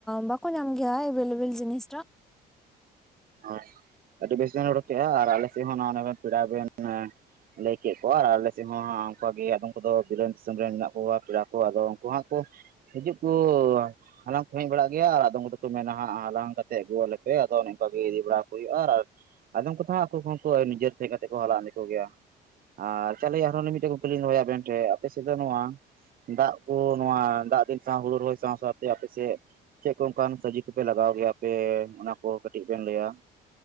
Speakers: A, in the centre; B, on the right (about 60°).
A: ᱵᱟᱠᱚ ᱧᱟᱢ ᱜᱮᱭᱟ ᱮᱵᱮᱞᱮᱵᱮᱞ ᱡᱤᱱᱤᱥᱴᱟᱜ
B: ᱦᱳᱭ ᱟᱹᱰᱤ ᱵᱮᱥ ᱵᱤᱱ ᱨᱚᱲ ᱠᱮᱜ-ᱟ ᱟᱨ ᱟᱞᱮ ᱥᱮᱫ ᱦᱚᱸ ᱱᱟᱜ ᱵᱮᱱ ᱯᱮᱲᱟ ᱵᱮᱱ ᱞᱟᱹᱭ ᱠᱮᱫ ᱠᱚᱣᱟ ᱟᱨ ᱟᱞᱮᱥᱮᱫ ᱦᱚᱸ ᱚᱱᱠᱟ ᱜᱮ ᱟᱫᱚᱢ ᱠᱚᱫᱚ ᱵᱤᱨᱮᱱ ᱫᱤᱥᱚᱢ ᱨᱮᱱ ᱢᱮᱱᱟᱜ ᱠᱚᱣᱟ ᱯᱮᱲᱟ ᱟᱫᱚ ᱩᱱᱠᱩ ᱦᱟᱸᱜ ᱠᱚ ᱦᱤᱡᱩᱜ ᱠᱚ ᱦᱟᱞᱟᱝ ᱠᱚ ᱦᱮᱡ ᱵᱟᱲᱟᱜ ᱜᱮᱭᱟ ᱟᱨ ᱟᱫᱚᱢ ᱠᱚᱫᱚ ᱠᱚ ᱢᱮᱱᱟ ᱦᱟᱸᱜ ᱦᱟᱞᱟᱝ ᱠᱟᱛᱮ ᱟᱹᱜᱩᱣᱟᱞᱮᱯᱮ ᱾ ᱟᱫᱚ ᱚᱱᱮ ᱚᱱᱠᱟ ᱜᱮ ᱤᱫᱤ ᱵᱟᱲᱟ ᱟᱠᱚ ᱦᱩᱭᱩᱜ-ᱟ ᱟᱨ ᱟᱫᱚᱢ ᱠᱚᱫᱚ ᱦᱟᱜ ᱟᱠᱚ ᱠᱚᱦᱚᱸ ᱱᱤᱡᱮᱨ ᱛᱮ ᱦᱮᱡ ᱠᱟᱛᱮ ᱠᱚ ᱦᱟᱞᱟᱝ ᱤᱫᱤ ᱠᱚ ᱜᱮᱭᱟ᱾ ᱟᱨ ᱛᱟᱦᱞᱮ ᱟᱨᱦᱚᱸ ᱢᱤᱫᱴᱮᱡ ᱠᱩᱠᱞᱤᱧ ᱫᱚᱦᱚᱭᱟ ᱟᱵᱮᱱ ᱴᱷᱮᱱ ᱟᱯᱮ ᱥᱮᱫ ᱫᱚ ᱱᱚᱣᱟ ᱫᱟᱜ ᱠᱚ ᱱᱚᱣᱟ ᱫᱟᱜ ᱫᱤᱱ ᱥᱟᱶ ᱦᱩᱲᱩ ᱨᱚᱦᱚᱭ ᱥᱟᱶ ᱥᱟᱶᱛᱮ ᱟᱯᱮᱥᱮᱫ ᱪᱮᱫ ᱠᱚ ᱚᱱᱠᱟᱱ ᱥᱚᱵᱽᱡᱤ ᱠᱚᱯᱮ ᱞᱟᱜᱟᱣ ᱜᱮᱭᱟ ᱟᱯᱮ, ᱚᱱᱟ ᱠᱚ ᱠᱟᱹᱴᱤᱡ ᱵᱮᱱ ᱞᱟᱹᱭᱟ ᱾